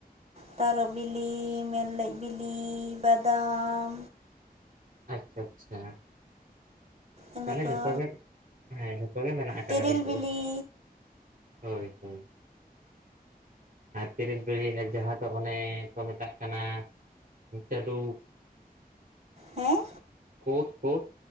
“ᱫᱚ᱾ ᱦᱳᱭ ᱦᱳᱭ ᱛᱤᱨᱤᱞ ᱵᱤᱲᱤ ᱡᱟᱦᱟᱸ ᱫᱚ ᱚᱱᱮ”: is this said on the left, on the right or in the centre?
Right